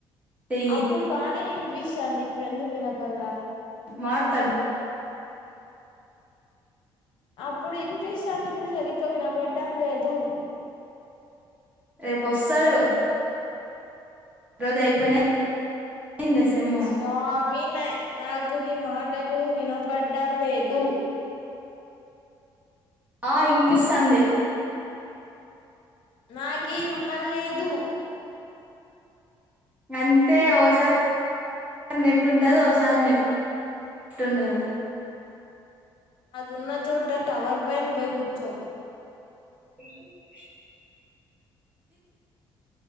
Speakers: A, on the right (about 15°); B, on the left (about 70°).
A: చెయ్యి
B: అప్పుడు బానే వినిపిస్తాంది ఇప్పుడు ఎందుకు వినపల్లే
A: మార్తాడు.
B: అప్పుడు వినిపిస్తాంది. ఇప్పుడు సరిగ్గా వినబడ్డం లేదు.
A: రేపు వస్తాడు ఈ రోజు అయిపోయినాయి. ఇంగ సెమ్ము
B: స్వామి నాకు నీ మాటలు వినపడ్డం లేదు.
A: ఆ ఇనిపిస్తాంది.
B: నాకి ఇనపలేదు.
A: అంతే ఓసారి ఓ సారి నెట్ ఉంటది ఒకసారి నెట్ నెట్ ఉండదు.
B: అదున్న చోట టవర్ పైన పోయికూచ్చో.
A: <unintelligible>